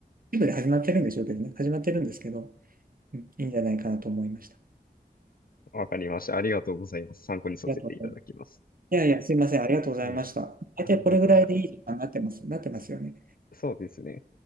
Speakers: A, on the right (about 55°); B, on the left (about 60°).
A: 一部で始まってるんでしょうけどね、始まってるんですけど、うん、いいんじゃないかなと思いました。あ
B: わかりました。ありがとうございます。参考にさせていただきます。
A: りがとうございます。いやいや、すいません、ありがとうございました。
B: はい。
A: 大体これぐらいでいい時間になってます、
B: ありがとうございま
A: なってますよね。
B: す。そうですね。